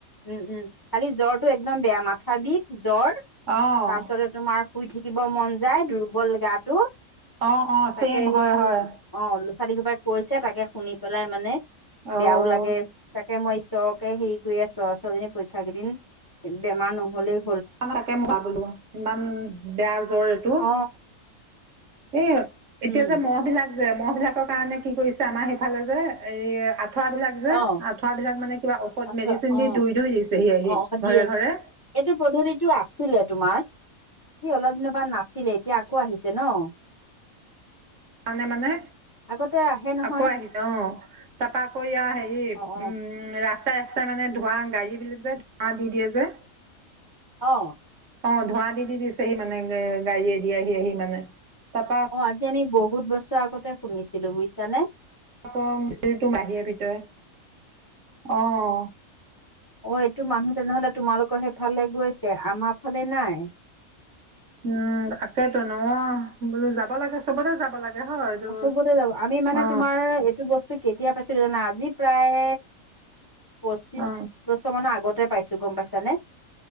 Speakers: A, on the left; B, on the right.
A: উম উম খালি জ্বৰ টো একদম বেয়া, মাথা বিষ জ্বৰ তাৰপিছত
B: অ',
A: তোমাৰ শুই থাকিব মন যায় দুৰ্বল গাটো।
B: অ', অ', ছেম
A: তাকে
B: হয়,
A: সেই
B: হয়।
A: অ', ল'ৰা ছোৱালী সোপাই কৈছে তাকে শুনি পেলাই মানে
B: অ',
A: বেয়াও লাগে। তাকে মই ঈশ্বৰকে হেৰি কৰি আছো আৰু ছোৱালীজনী পৰীক্ষা কেইদিন বেমাৰ নহলেও
B: তাকে মোলাবোলো ইমান বেয়া জ্বৰ এইটো।
A: অ
B: এই
A: উম
B: এতিয়া যে মহ বিলাক যে মহ বিলাকৰ কাৰণে কি কৰিছে। আমাৰ সেইফালে যে, এই আঁঠুৱা বিলাক যে
A: অ
B: আঁঠুৱা বিলাক মানে, কিবা ঔষধ
A: আচ্ছা
B: মেডিচিন
A: অ
B: দি ধুই ধুই দিছেহি আহি
A: অ দিয়ে
B: ঘৰে ঘৰে।
A: এইটো পদ্ধতিটো আছিলে তোমাৰ, এই অলপ দিনৰ পৰা নাছিলে এতিয়া আকৌ আহিছে ন,
B: মানে মানে
A: আগতে আহে নহয়
B: আকৌ আহিছে অ। তা পা আকৌ ইয়া হেৰি
A: অ অ
B: উম ৰাস্তাই ৰাস্তাই মানে ধোৱা গাড়ীবিলি যে ধোঁৱা দি দিয়ে যে
A: অ',
B: অ', ধোঁৱা দি দি দিছেহি মানে গা গাড়ীয়ে দি আহি আহি মানে তাৰপা
A: অ', আজি আমি বহুত বছৰ আগতে শুনিছিলো বুজিছানে?
B: আকৌ মিস্ত্ৰী তটো মাহি ভিতৰত অ'।
A: অ', এইটো মানুহ তেনেহ'লে তোমালোকৰ সেইফালে গৈছে, আমাৰ ফালে নাই।
B: উম তাকেইতো ন বোলো যাব লাগে চবৰে যাব লাগে হয়। এইটো
A: চবতে যাব আমি মানে
B: অ
A: তোমাৰ এইটো বস্তু কেতিয়া পাইছিলোঁ জানে আজি প্ৰায় পঁচিশ
B: অ
A: বছৰ মানৰ আগতে পাইছোঁ গ'ম পাইছ নে